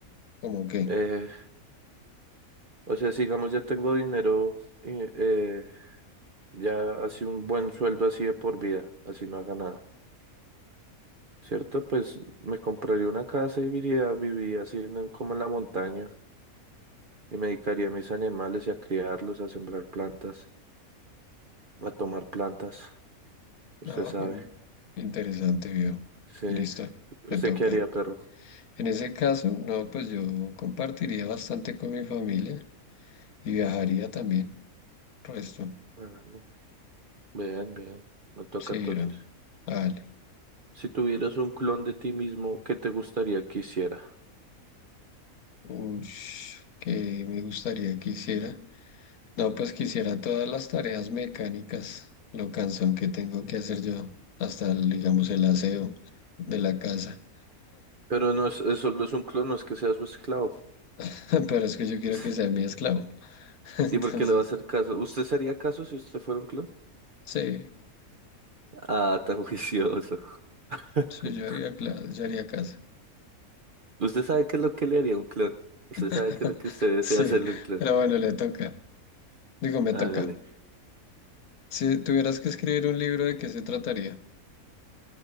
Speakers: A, on the left (about 80°); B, on the right (about 50°).
A: ¿Cómo qué?
B: Eh, o sea, si digamos ya tengo dinero, y, eh, ya así un buen sueldo así de por vida, así no haga nada, ¿cierto? Pues me compraría una casa y viviría, viviría así en el- como en la montaña y me dedicaría a mis animales y a criarlos, a sembrar plantas, a tomar plantas, usted
A: Ah,
B: sabe.
A: bueno, interesante, viejo.
B: Sí,
A: Listo,
B: ¿usted
A: te toca.
B: qué haría, perro?
A: En ese caso, no, pues yo compartiría bastante con mi familia y viajaría también. Resto,
B: Ah, no. Bien, bien. Me toca
A: sí,
B: entonces.
A: bro. vale
B: Si tuvieras un clon de ti mismo, ¿qué te gustaría que hiciera?
A: Ush, que me gustaría que hiciera. No, pues quisiera todas las tareas mecánicas, lo cansón que tengo que hacer yo, hasta el, digamos el aseo de la casa.
B: Pero no es, es solo es un clon, no es que sea su esclavo.
A: <laughs> Pero es que yo quiero
B: <laughs>
A: que sea mi esclavo. <laughs> Entonces,
B: ¿Y por qué le va a hacer caso? ¿Usted sería caso si usted fuera un clon?
A: sí,
B: Ah, tan juicioso. <laughs>
A: sí, yo haría, cla- yo haría casa.
B: ¿Usted sabe qué es lo que le haría un clon? ¿Usted
A: <laughs>
B: sabe qué es lo que usted desea
A: Sí,
B: hacerle a un clon?
A: pero bueno, le toca. Digo, me
B: Hágale.
A: toca. Si tuvieras que escribir un libro, ¿de qué se trataría?